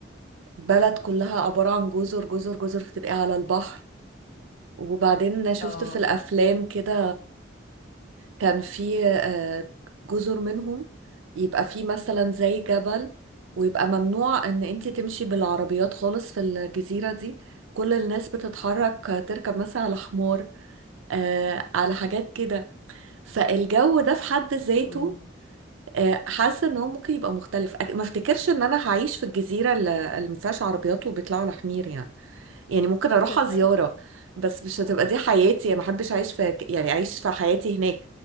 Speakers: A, on the right; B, on the left.
A: بلد كلها عباره عن جزر جزر جزر فتبقى على البحر وبعدين شفت
B: اه
A: في الافلام كده كان في آه، جزر منهم يبقى في مثلا زي جبل ويبقى ممنوع ان انت تمشي بالعربيات خالص في الجزيرة دي كل الناس بتتحرك آه، تركب مثلا على حمار آه على حاجات كده فالجو ده في حد ذاته
B: أمم.
A: آه حاسة ان هو ممكن يبقى مختلف أك- ما افتكرش ان انا هعيش في الجزيرة اللي اللي ما فيهاش عربيات وبيطلعوا على حمير يعني يعني ممكن اروحها
B: <laughs>
A: زيارة بس مش هتبقى دي حياتي ما احبش اعيش في يعني اعيش في حياتي هناك